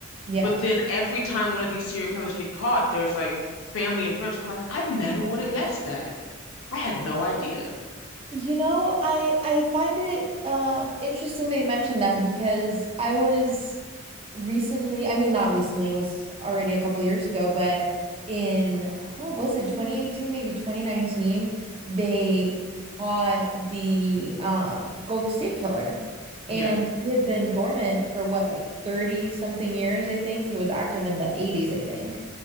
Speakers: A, on the right; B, on the left.
A: yeah.
B: But then every time one of these serial killers get caught, there's like family and friends who are like, "I never would have guessed that. I had no idea."
A: You know, I I find it uh interesting that you mentioned that because I was recently, I mean not recently, it was already a couple years ago, but in what was it, 2018, maybe 2019, they caught the um Golden State Killer. And
B: Yeah.
A: he had been dormant for what, like 30 something years, I think. He was active in the 80s, I think.